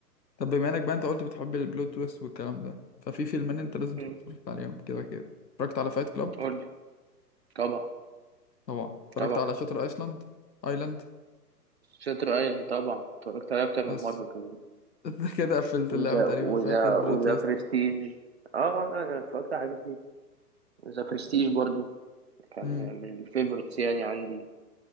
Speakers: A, on the left (about 85°); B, on the right (about 45°).
A: طب بما إنك بقى أنت قلت بتحب البلوت تويست والكلام ده ففي فيلمين أنت لازم
B: مم.
A: تكون اتفرجت عليهم كده كده اتفرجت على فايت كلاب
B: قول لي طبعا
A: طبعا اتفرجت
B: طبعا
A: على شاتر أيسلاند أيلاند
B: شاتر ايلاند طبعا اتفرجت عليه اكتر
A: بس
B: من مره كمان
A: <laughs> كده قفلت
B: وذا
A: اللعبة تقريبا
B: وذا
A: بتاعت البلوت
B: وذا برستيج اه آه، لا انا اتفرجت على حاجات كتير ذا برستيج برضو كان
A: تويست
B: من الفيفورتس يعني عندي